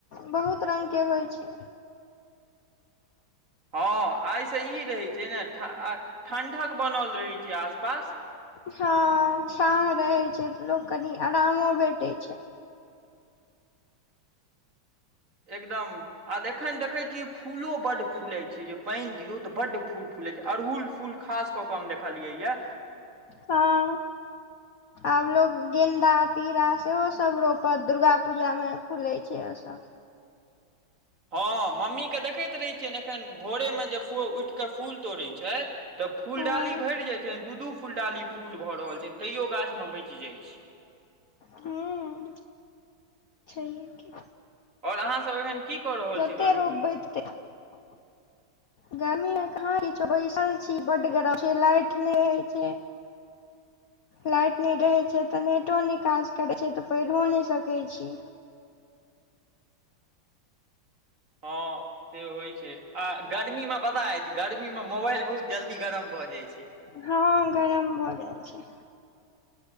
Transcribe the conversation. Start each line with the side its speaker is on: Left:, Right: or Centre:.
Left: बहुत रंग के होइ छै
Right: हँ आइसँ ई रहै छै ने ठ ठण्ढक बनल रहै छै आसपास
Left: हँ छाह रहै छै तऽ लोक कनि आरामो भेटै छै
Right: एकदम आ एखन देखे छियै फूलो बड फूलाे छै जे पाइन दियौ तऽ बड फूल फूलै छै अड़हुल फूल खास कऽ कऽ हम देखलियैए
Left: हँ आब लोग गेन्दा तीरा सेहो सब रोपत दुर्गा पूजा में फूलै छै ओ सब
Right: हँ मम्मीकेँ देखैत रहैत छियनि एखन भोरे में जे उठ कऽ फूल तोड़ैत छैथ तऽ फूलडाली
Left: हँ
Right: भेर जाइ छैन दू दू फूलडाली फूल भऽ रहल छैन तैयो गाछ मे बएच जाइ छै
Left: हूं छै है की
Right: और अहाँ सब एखन की कऽ रहल
Left: जते
Right: छी गर्मी
Left: रोपबै
Right: मे
Left: तते <inaudible> गर्मी में कह बैसल छी बड गरम छै लाइट नय रहै छै लाइट नय रहे छै तऽ नेटो नय काज करे छै तऽ पढ़ियो नय सकै छी
Right: हँ से होइ छै आ गर्मी में पता ऐछ गर्मीमे मोबाइल बहुत जल्दी गरम भऽ जाइ छै
Left: हँ गरम भऽ जाइ छै